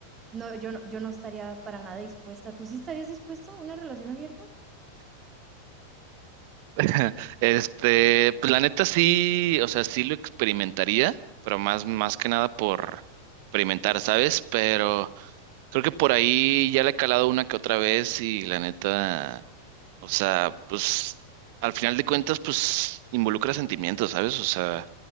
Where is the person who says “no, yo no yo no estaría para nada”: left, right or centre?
Right